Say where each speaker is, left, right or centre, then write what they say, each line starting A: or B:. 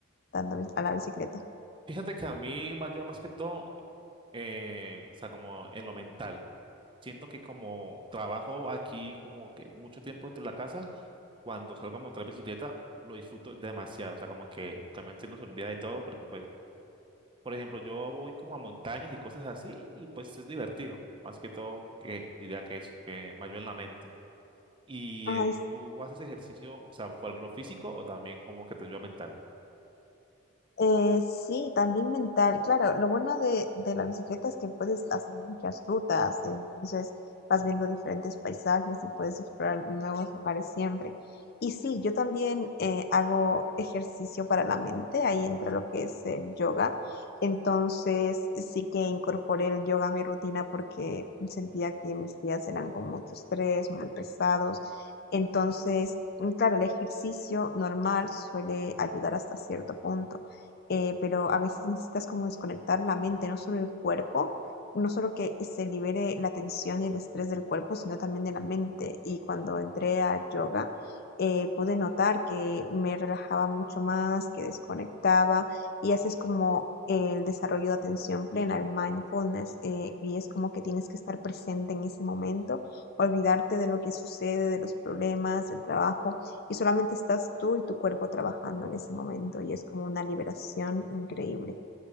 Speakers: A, on the left; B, on the right.
A: dando bis- a la bicicleta?
B: Fíjate que a mí me ayuda más que todo, eh, o sea, como en lo mental. Siento que como trabajo aquí como que mucho tiempo dentro de la casa, cuando salgo a montar bicicleta, lo disfruto demasiado. O sea, como que también se nos olvida de todo porque, pues, por ejemplo, yo voy como a montañas y cosas así y pues es divertido. Más que todo, que diría que eso, que me ayuda en la mente. ¿Y
A: Ay,
B: eh, tú haces ejercicio, o sea, por lo físico o también como que te ayuda mental?
A: Eh, sí, también mental, claro. Lo bueno de, de la bicicleta es que puedes hacer muchas rutas, entonces vas viendo diferentes paisajes y puedes explorar nuevos lugares siempre. Y sí, yo también eh, hago ejercicio para la mente, ahí entra lo que es el yoga. Entonces sí que incorporé el yoga a mi rutina porque sentía que mis días eran con mucho estrés, muy pesados. Entonces, claro, el ejercicio normal suele ayudar hasta cierto punto eh, pero a veces necesitas como desconectar la mente, no solo el cuerpo, no solo que se libere la tensión y el estrés del cuerpo, sino también de la mente. Y cuando entré a yoga, eh, pude notar que me relajaba mucho más, que desconectaba y haces como el desarrollo de atención plena, el mindfulness, eh, y es como que tienes que estar presente en ese momento, olvidarte de lo que sucede, de los problemas, del trabajo y solamente estás tú y tu cuerpo trabajando en ese momento y es como una liberación increíble.